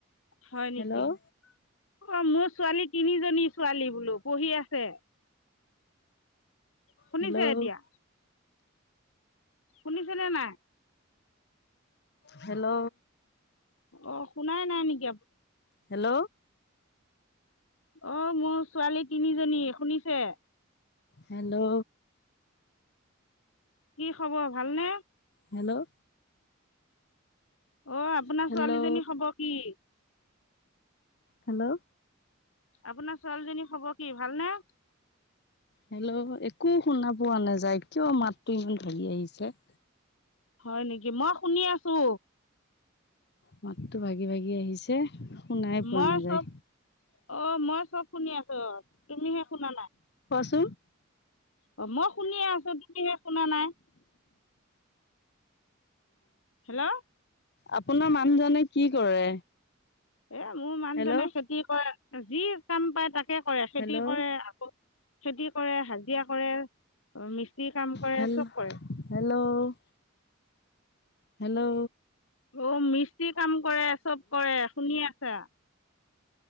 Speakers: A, on the left; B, on the left.
A: হয়
B: হেল্ল'
A: নেকি অ মোৰ। ছোৱালী তিনিজনী ছোৱালী বোলো পঢ়ি আছে। শুনিছে
B: হেল্ল'
A: এতিয়া। শুনিছেনে নাই।
B: হেল্ল'।
A: অ শুনাই নাই নেকি আ।
B: হেল্ল'।
A: অ মোৰ ছোৱালী তিনিজনী শুনিছে।
B: হেল্ল'।
A: কি খবৰ ভালনে।
B: হেল্ল'।
A: অ আপোনাৰ
B: হেল্ল'
A: ছোৱালীজনী খব কি।
B: হেল্ল'।
A: আপোনাৰ ছোৱালীজনী হব কি ভালনে?
B: হেল্ল' একো শুনা পোৱা নাযায় কিয় মাতটো ইমান ধৰি আহিছে'।
A: হয় নেকি মই শুনি আছো।
B: মাততো ভাগি ভাগি আহিছে। শুনাই পোৱা
A: মই
B: নাযায়
A: চব অ মই চব শুনি আছো অ তুমিহে শুনা নাই।
B: চ।
A: অ মই শুনিয়ে আছো তুমিহে শুনা নাই। হেল্ল'
B: আপোনাৰ মানুহজনে কি' কৰে?
A: এ' মোৰ মানুহজনে
B: হেল্ল'
A: খেতি কৰে যি কাম পায় তাকে কৰে খেতি
B: হেল্ল'
A: কৰে। আকৌ- খেতি কৰে হাজিৰা কৰে। মিস্ত্ৰী কাম কৰে
B: হেল্ল'
A: চ'ব কৰে।
B: হেল্ল' হেল্ল'
A: অ মিস্ত্ৰী কাম কৰে চ'ব কৰে শুনি আছা।